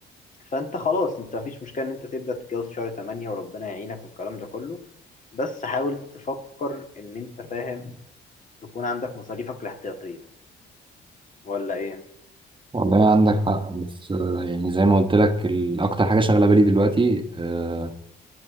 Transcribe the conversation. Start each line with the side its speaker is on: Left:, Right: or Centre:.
Left: فانت خلاص انت مفيش مشكله ان انت تبدا تتجوز شهر 8 وربنا يعينك والكلام ده كله بس حاول تفكر ان انت فاهم تكون عندك مصاريفك الاحتياطيه ولا ايه
Right: والله عندك حق بس آه، يعني زي ما قلت لك ال- اكتر حاجه شاغله بالي دلوقتي آه،